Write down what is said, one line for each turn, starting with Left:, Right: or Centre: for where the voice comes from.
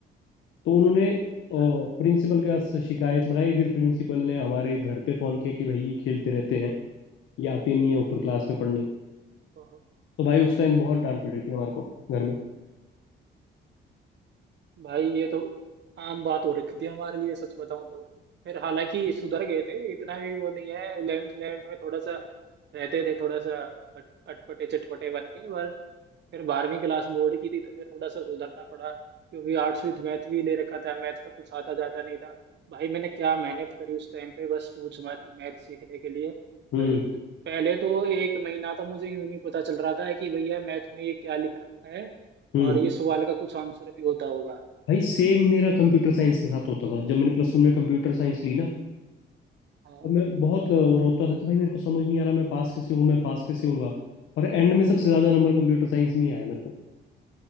Left: तो उन्होंने
Right: अच्छा
Left: प्रिंसिपल के पास शिकायत लगाई फिर प्रिंसिपल ने हमारे घर पे फोन किया कि भाई ये खेलते रहते हैं ये आते नहीं है ऊपर क्लास में पढ़ने
Right: तो
Left: तो भाई उस टाइम बहुत डांट पड़ी थी हमारे को घर में
Right: भाई ये तो आम बात हो रखी थी हमारे लिए सच बताऊं तो फिर हालांकि सुधर गए थे इतना भी वो नहीं है इलेवेंथ इलेवेंथ में थोड़ा सा रहते थे थोड़ा सा अट, अटपटे चटपटे बन के पर फिर बारहवीं क्लास बोर्ड की थी तो फिर थोड़ा सा सुधरना पड़ा क्योंकि आर्ट्स विद मैथ भी ले रखा था मैथ का कुछ आता जाता नहीं था भाई मैंने क्या मेहनत करी उस टाइम पे बस पूछ मत मैथ सीखने के लिए प-
Left: हम्म
Right: पहले तो एक महीना था मुझे यूं ही नहीं पता चल रहा था कि भैया मैथ में ये क्या लिख रखा है
Left: हम्म
Right: और ये सवाल का कुछ आंसर भी होता होगा
Left: भाई सेम मेरा कंप्यूटर साइंस के साथ होता था जब मैंने प्लस वन में कंप्यूटर साइंस ली ना
Right: हाँ
Left: और मैं बहुत रोता था कि भाई मेरे को समझ नहीं आ रहा मैं पास कैसे हूँ मैं पास कैसे हूँगा और एंड में सबसे ज्यादा नंबर कंप्यूटर साइंस में ही आया मेरे को